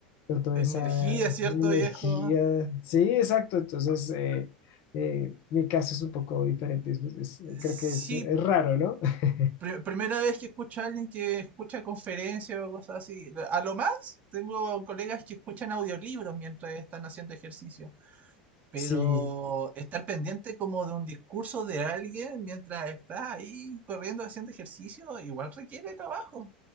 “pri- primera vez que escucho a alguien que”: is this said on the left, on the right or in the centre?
Right